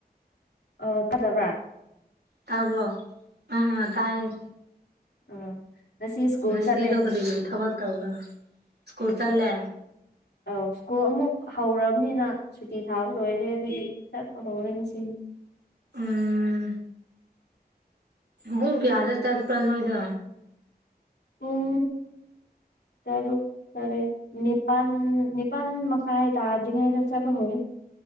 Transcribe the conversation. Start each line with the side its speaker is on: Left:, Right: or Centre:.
Left: ꯑ ꯇꯥꯗꯕ꯭ꯔꯥ
Right: ꯇꯥꯕꯔꯣ ꯑ ꯑ ꯇꯥꯏꯌꯦ
Left: ꯎꯝ ꯉꯁꯤ ꯁ꯭ꯀꯨꯜ
Right: ꯉꯁꯤꯗꯣ
Left: ꯆꯠꯂꯦ
Right: ꯀꯔꯤ ꯀꯔꯤ ꯊꯕꯛ ꯇꯧꯒ ꯁ꯭ꯀꯨꯜ ꯆꯠꯂꯦ
Left: ꯑꯧ ꯁ꯭ꯀꯨꯜ ꯑꯃꯨꯛ ꯍꯧꯔꯕꯅꯤꯅ ꯁꯨꯇꯤ ꯊꯥꯕ ꯂꯣꯏꯔꯦ ꯑꯗꯨꯗꯤ ꯆꯠꯄ ꯍꯧꯔꯦꯅꯦ ꯉꯁꯤ ꯅꯤ
Right: ꯎꯝ ꯄꯨꯡ ꯀꯌꯥꯗ ꯆꯠꯄ꯭ꯔꯥ ꯅꯣꯏꯗꯣ
Left: ꯄꯨꯡ ꯇꯔꯨꯛ ꯇꯔꯦ ꯅꯤꯄꯥꯟ ꯅꯤꯄꯥꯟ ꯃꯈꯥꯏ ꯇꯥꯗ꯭ꯔꯤ ꯉꯩꯗ ꯆꯠꯄ ꯍꯧꯔꯦ